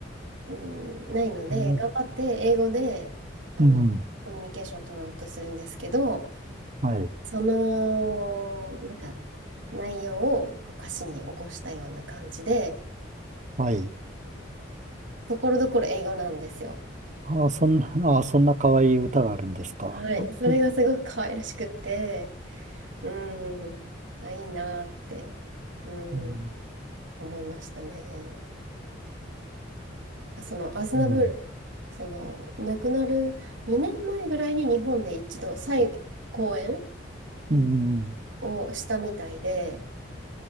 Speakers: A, on the right (about 80°); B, on the right (about 40°).
A: うん、ないので、
B: うん。
A: 頑張って英語で、あの、
B: うん
A: コミュニケーション取ろうとするんですけど、
B: はい。
A: その、なんか、内容をこう歌詞に起こしたような感じで、
B: はい。
A: ところどころ英語なんですよ。
B: ああ、そんな、<laughs> ああ、そんな可愛い歌があるんですか。
A: はい。それがすごく可愛らしくて、
B: うん、
A: うん。あ、いいなって、うん、
B: うん、
A: 思いましたね。その、アズナブールが、
B: うん、う
A: その、亡くなる2年前ぐらいに日本で一度、再公演
B: ん、
A: をしたみたいで、